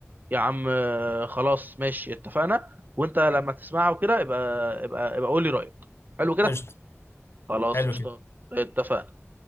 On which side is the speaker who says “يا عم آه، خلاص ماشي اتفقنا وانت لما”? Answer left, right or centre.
Right